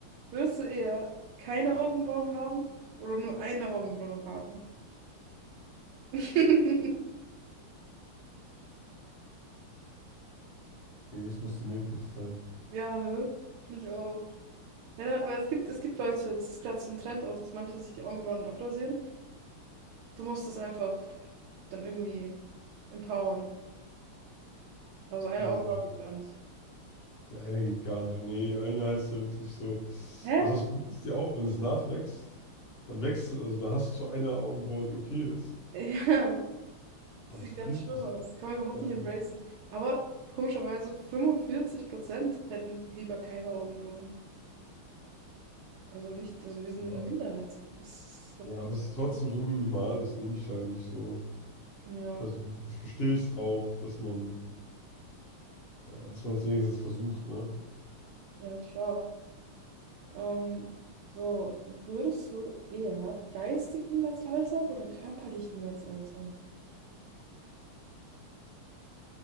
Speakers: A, on the right; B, on the left.
A: Willst du eher keine Augenbrauen haben oder nur eine Augenbraue haben? <laughs>
B: Nee, es muss symmetrisch sein.
A: Ja, ne? Finde ich auch. Wenn, aber es gibt, es gibt Leute, das ist gerade so ein Trend auch, dass manche sich die Augenbrauen abrasieren. Du musst es einfach dann irgendwie empowern. Also eine
B: Nee,
A: Augenbraue geht gar nicht.
B: die eine geht gar nicht. Nee, eine heißt ja wirklich so.
A: Hä?
B: Also, es bringt es dir auch, wenn es nachwächst, dann wächst es, also da hast du so eine Augenbraue, die okay ist,
A: <laughs> Ja.
B: aber
A: Das sieht
B: es bringt
A: ganz schlimm
B: es.
A: aus. Kann man überhaupt
B: Ja,
A: nicht embracen. Aber komischerweise 45% hätten lieber keine Augenbrauen. Also nicht, also wir sind
B: ja.
A: in der Minderheit. Das hat
B: Ja,
A: mich
B: aber
A: jetzt
B: es ist trotzdem
A: gewundert.
B: so minimal, das nehme ich da nicht so
A: Ja,
B: persönlich. Ich verstehe es auch, dass man, äh, dass man es wenigstens versucht, ne?
A: ja, klar. Ähm, so, würdest du eher geistig niemals altern oder körperlich niemals altern?